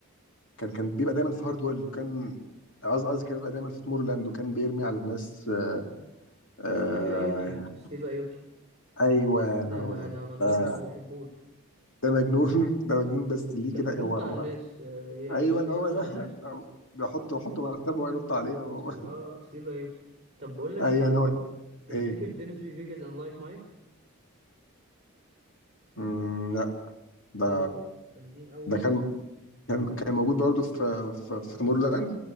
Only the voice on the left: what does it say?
كان كان بيبقى دايما في هاردويل وكان قصدي قصدي كان بيبقى دايما في تمور لاند وكان بيرمي على الناس آه
آه
ايوه
هو
ده
آه
ده مجنون <laughs> ده مجنون بس ليه
كده
هو هو
ايوه
هو
ده
<laughs> بحط بحط مرتبه وينط عليها <laughs>
ايوه
هو ده
ايه
مم، لا ده
ده كان كان كان موجود برضه في في, في تمور لاند